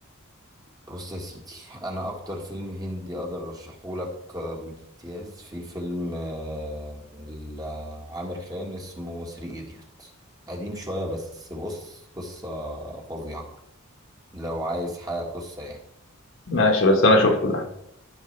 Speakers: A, on the right (about 20°); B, on the left (about 60°).
A: بص يا سيدي انا اكتر فيلم هندي اقدر ارشحه لك آه، بامتياز في فيلم آه، لعامر خان اسمه ثري ايديوت قديم شوية بس بص قصة فظيعة لو عايز حاجة قصة يعني
B: ماشي بس انا شفته ده